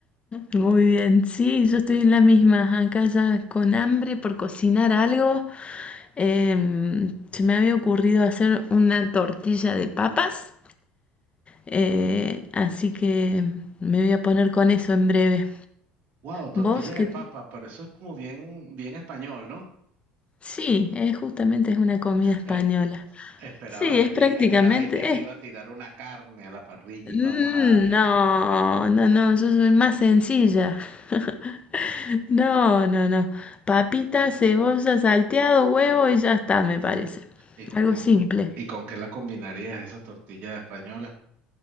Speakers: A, on the left; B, on the right.
A: Muy bien, sí, yo estoy en la misma, acá ya con hambre por cocinar algo. Em, se me había ocurrido hacer una tortilla de papas, eh, así que me voy a poner con eso en breve.
B: Wow, tortilla
A: ¿Vos qué?
B: de papa, pero eso es como bien, bien español, ¿no?
A: Sí, es justamente es una comida española.
B: Es- esperaba
A: Sí,
B: de
A: es
B: ti,
A: prácticamente...
B: esperaba de ti que
A: es-
B: iba a tirar una carne a la parrilla
A: Mm,
B: y vamos a darle.
A: no, no, no, yo soy más sencilla. <laughs> No, no, no. Papita, cebolla, salteado, huevo y ya está, me parece.
B: ¿Y con,
A: Algo simple.
B: y con qué la combinarías esa tortilla española?